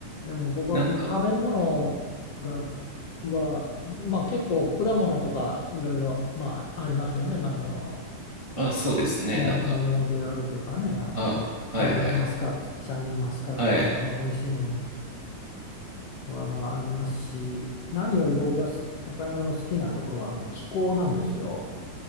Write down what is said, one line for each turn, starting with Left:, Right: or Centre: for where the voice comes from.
Left: でも僕はその食べ物が、
Right: なんか、
Left: は、まあ結構果物とかいろいろ、まあありますよね。まあ、あの、
Right: あ、そうですね。
Left: も桃であるとかね、
Right: なんか、
Left: あの、
Right: あ、はいはい。
Left: マイ、マスカット、シャインマスカットとか、
Right: はい。
Left: まあ美味しいものはまあありますし、何より僕がす岡山の好きなところはあの気候なんですよ。